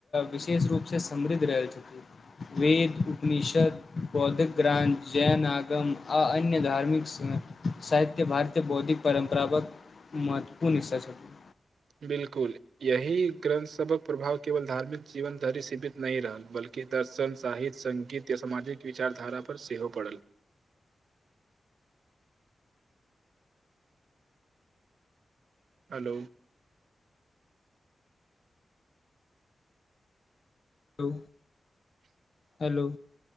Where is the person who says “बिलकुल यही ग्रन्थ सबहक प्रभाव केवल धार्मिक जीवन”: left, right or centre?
Right